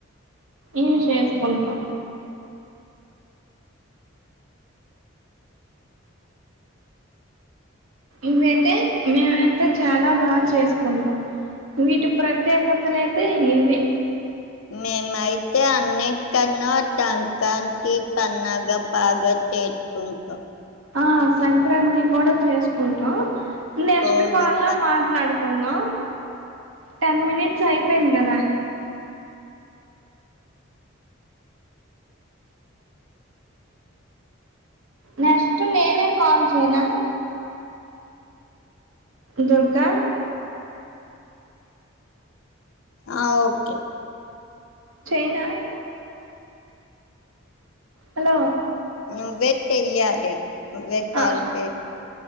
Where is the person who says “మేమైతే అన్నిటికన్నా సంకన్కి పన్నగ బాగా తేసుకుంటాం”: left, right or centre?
Left